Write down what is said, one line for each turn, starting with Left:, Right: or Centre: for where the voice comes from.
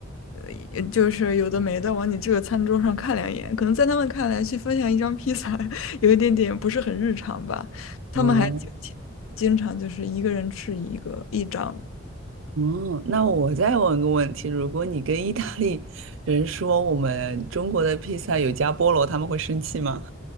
Left: 呃，就是有的没的往你这个餐桌上看两眼，可能在他们看来去分享一张披萨 <laughs> 有一点点不是很日常吧，他们还就经经常就是一个人吃一个一张。
Right: 嗯，嗯，那我再问个问题，如果你跟意大利人说我们中国的披萨有加菠萝，他们会生气吗？